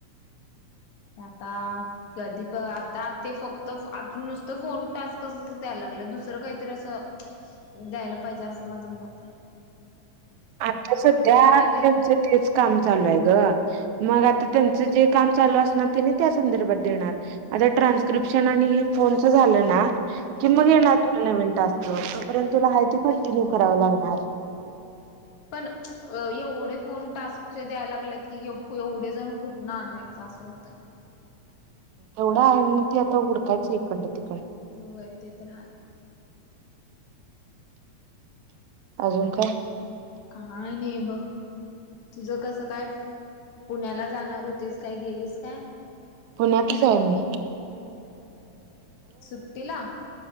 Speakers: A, on the left; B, on the right.
A: आता कधी प आता ते फक्त अजून नुसतं फोन टास्क लागलय दुसरं काहीतरी अस द्यायला पाहिजे असं माझं मत हाय.
B: आता सध्या
A: वगैरे
B: त्यांचं तेच काम चालू आहे ग मग आता त्यांच जे काम चालू असणार ते त्या संदर्भात देणार आता ट्रान्स्क्रिप्शन आणि हे फोनच झालं ना. कि मग
A: ह
B: येणार पुन्हा नवीन टास्क तोपर्यंत तुला हाय ते कंटिन्यू कराव लागणार.
A: पण एवढे फोन टास्कचे द्यायला. की एवढे जाण कुठन आणायचं असं होतय.
B: तेवढा आहे म ती आता उडकायच इकडं ती
A: होय ते तर हाय.
B: अजून काय?
A: काय नय ब. तुझ कसं काय पुण्याला जाणार होतीस काय गेलीस काय?
B: पुण्यातच आहे मी.
A: सुट्टला.